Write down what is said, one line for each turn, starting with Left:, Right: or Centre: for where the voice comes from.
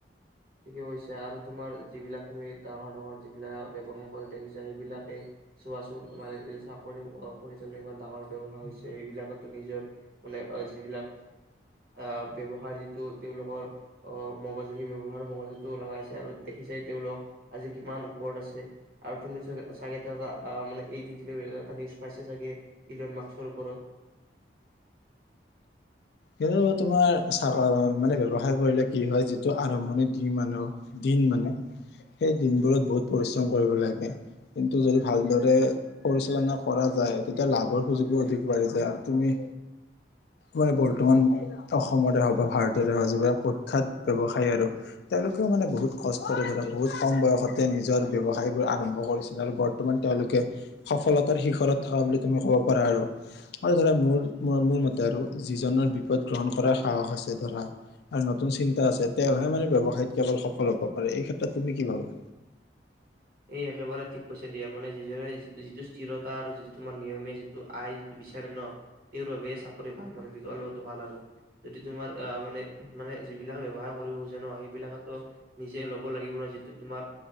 Right: ঠিকেই কৈছা আৰু তোমাৰ যিবিলাক তুমি ডাঙৰ ডাঙৰ যিবিলাক ব্যয়ৱসায় কৰি দেখিছা সেইবিলাকেই চোৱাচোন মানে চাকৰি কৰিছ ইমান ব্যয়ৱহাৰ এইবিলাকো নিজৰ মানে যিবিলাক আহ ব্যৱসায়ৰ যিটো তেওঁলোকৰ অ মগজু সেই ব্যয়ৱসাৰ মগজুটো লগাইছে আৰু দেখিছাই তেওঁলোকক আজি কিমান ওপৰত আছে। আৰু তুমি চ চাগে ত এটা মানে এই দুই দিনৰ ভিতৰত, এটা নিউজ পাইছা চাগে। ইলন মাক্সৰ ওপৰত
Left: সেই তোমাৰ চ মানে ব্যয়ৱসায় কৰিলে কি হয় যিটো আৰম্ভণিত দি মানুহ দিন মানে সেই দিনবোৰত বহুত পৰিশ্ৰম কৰিব লাগে কিন্তু যদি ভালদৰে পৰিচালনা কৰা যায় তেতিয়া লাভৰ সুযোগো অধিক বাঢ়ি যায় আৰু তুমি মানে বৰ্তমান অসমতে হওক বা ভাৰততে হওক যিবিলাক প্ৰখ্যাত ব্যৱসায়ী আৰু তেওঁলোকেও মানে বহুত কষ্টৰে ধৰা বহুত কম বয়সতে নিজৰ ব্যৱসায়বোৰ আৰম্ভ কৰিছিল আৰু ব ৰ্তমান তেওঁলোকে সফলতাৰ শিখৰত থকা বুলি তুমি ক'ব পাৰা আৰু আৰু ধৰা মোৰ, মোৰ মতে আৰু যিজনৰ বিপদ গ্ৰহণ কৰাৰ সাহস আছে ধৰা আৰু নতুন চিন্তা আছে তেওঁহে মানে ব্যয়ৱসায়ত কেৱল সফল হ'ব পাৰে। তুমি কি ভাবা?
Right: এই একেবাৰে ঠিক কৈছে দিয়া। মানে যিজনে যিটো স্থিৰতা আৰু যিটো তোমাৰ নিয়মীয়া যিটো আই টো বিচাৰে তেওঁৰ বাবে চাকৰি মানে বি লোৱাটো ভাল আৰু। যদি তোমাৰ আহ মানে মানে যিবিলাক ব্যৱসায় কৰিব খোজে ন সেইবিলাকেটো নিজে ল'ব লাগিব নহয়, যিটো তোমাৰ